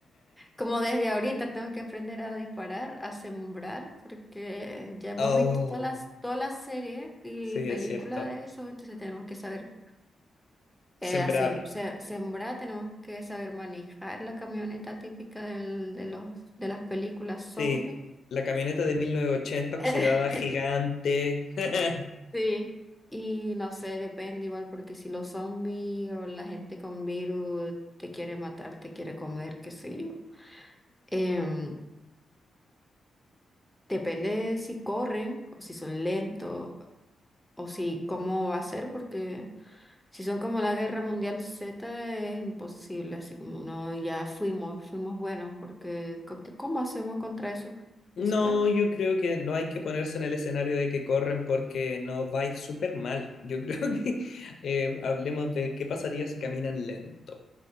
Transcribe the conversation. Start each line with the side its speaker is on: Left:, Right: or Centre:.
Centre: Como desde ahorita tengo que aprender a disparar, a sembrar, porque ya hemos
Left: Oh,
Centre: visto todas las, todas las series y
Left: sí,
Centre: películas
Left: es cierto.
Centre: de eso, entonces tenemos que saber eh,
Left: Sembrar.
Centre: hacer- se- sembrar, tenemos que saber manejar la camioneta típica del- de los, de las películas zombie.
Left: Sí. La camioneta de 1980 oxidada
Centre: <laughs>
Left: gigante. <laughs>
Centre: Sí, y no sé, depende igual, porque si los zombies o la gente con virus te quiere matar, te quiere comer, qué sé yo. Em, depende de si corren o si son lentos. O si, ¿cómo va a ser? Porque si son como la Guerra Mundial Z es imposible, así como no, ya fuimos, fuimos buenos, porque co- que- ¿cómo hacemos contra eso? No
Left: No,
Centre: se puede.
Left: yo creo que no hay que ponerse en el escenario de que corren porque no va a ir súper mal. Yo creo <laughs> que eh, hablemos de qué pasaría si caminan lento.